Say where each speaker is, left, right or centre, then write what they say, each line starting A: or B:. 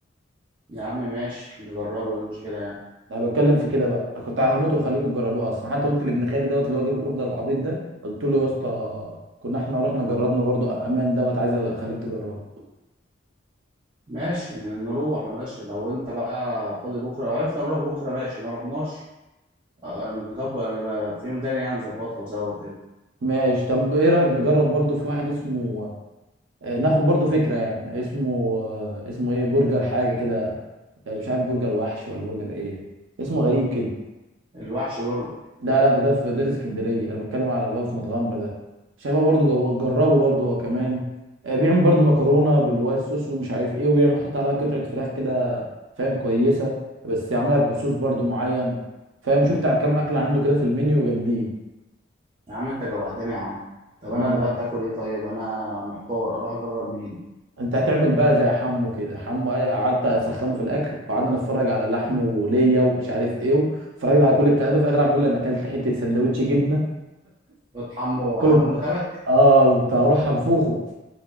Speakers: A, on the right; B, on the right.
A: يا عم ماشي نجربه ايه المشكلة يعني
B: انا بتكلم في كده بقى أنا كنت هموت واخليكم تجربوه اصلا حتى قلت لابن خالي دوت اللي هو جاب الاوردر العبيط ده قلت له يا اسطى كنا احنا رحنا جربنا برضو امان دوت عايز اخليك تجربه
A: ماشي نروح ماشي لو انت بقى فاضي بكرة لو عرفنا نروح بكرة ماشي ما رحناش اه، نكبر يبقى في يوم تاني يعني نظبطها سوا وكده
B: ماشي طب ايه رايك نجرب برضو في واحد اسمه آه، ناخد برضو فكره يعني اسمه آه، اسمه ايه برجر حاجه كده آه، مش عارف برجر وحش ولا برجر ايه اسمه غريب كده
A: الوحش برجر
B: لا لا ده ده في ده في اسكندريه انا بتكلم على اللي هو في متغمر ده شايفه برضو جو... جربه برضو هو كمان آه، بيعمل برضو مكرونه بالوايت صوص ومش عارف ايه وبيعمل يحط عليها قطعه فراخ كده فاهم كويسه بس يعملها بصوص برضو معين فاهم شفت على كام اكله عنده كده في المنيو جامدين
A: يا عم انت جوعتني يا عم طب
B: اما
A: انا
B: انا
A: دلوقتي اكل ايه طيب انا محتار اروح اجرب مين
B: انت هتعمل بقى زي حمو كده حمو قال- قعدت اسخنه في الاكل وقعدنا نتفرج على لحمه وليا ومش عارف ايه وفرجنا على كل الكلام ده في الاخر قاعد بيقول لي انا اكلت حته سندوتش جبنه
A: فات حمو
B: كنت
A: حمو ابن خالك
B: اه كنت هروح انفخه